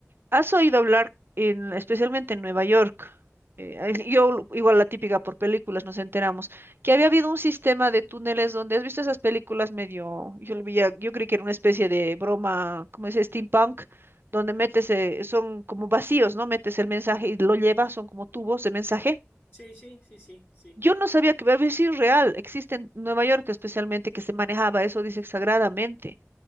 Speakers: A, on the right (about 50°); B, on the left (about 40°).
A: ¿Has oído hablar en- especialmente en Nueva York? eh, ahí- yo, igual la típica por películas, nos enteramos, que había habido un sistema de túneles donde has visto esas películas medio, yo, lo veía- yo creí que era una especie de broma, como dice, steampunk, donde metes, eh, son como vacíos, ¿no? Metes el mensaje y lo llevas, son como tubos de mensaje.
B: Sí, sí, sí, sí, sí.
A: Yo no sabía que había sido real, existe en Nueva York especialmente que se manejaba eso, dice sagradamente.